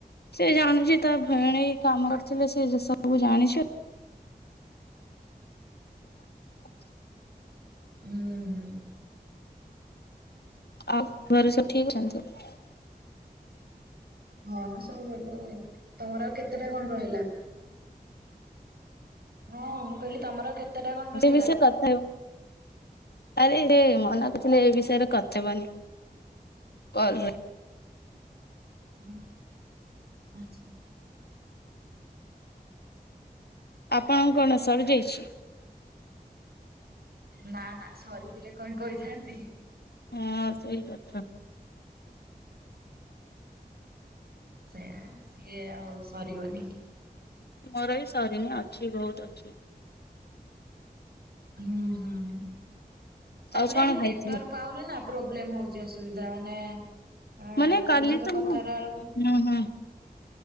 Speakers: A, on the left; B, on the right.
A: ସେ ଜାଣିଛି ତା ଭେଣେଇ କାମ କରିଥିଲେ, ସେ ସବୁ ଜାଣିଛି। <inaudible>
B: ହୁଁ। ହୁଁ।
A: ଆଉ, ଘରେ ସବୁ <unintelligible>
B: ହଁ ସବୁ ଭଲ ଅଉ, ତମର ଆଉ କେତେଟା କଣ ରହିଲା? ହଁ ମୁଁ କହିଲି ତମର କେତେଟା କଣ ରହିଲା?
A: ସେ <unintelligible> ଆରେ ମନା କରିୁଥିଲେ ଏ ବିଷୟରେ <unintelligible> କଲ୍ ରେ
B: <unintelligible>
A: ଆପଣଙ୍କ କଣ ସରିଯାଇଛି?
B: ନା ନା, ସରିଥିଲେ କଣ କହିଥାନ୍ତି।
A: ହଁ ସେଇ କଥା।
B: ସେୟା ସିଏ ଆଉ ସରିବନି।
A: ମୋର ଏଇ ସରିନି ଅଛିି, ବହୁତ ଅଛିି।
B: ହୁଁ ହୁଁ ହୁଁ, ତାପରେ
A: ଆଉ କଣ
B: ଏରି
A: ଖାଇଥିଲେ?
B: ନେଟୱର୍କ ପାଉନି ନା ପ୍ରୋବ୍ଲେମ ହଉଛି, ଅସୁବିଧା ମାନେ ଉଁ
A: ମାନେ
B: ତମ
A: କାଲି
B: ସହିତ
A: ତ
B: କଥା
A: ମୁଁ
B: ହେଲା <unintelligible>
A: ହୁଁ ହୁଁ।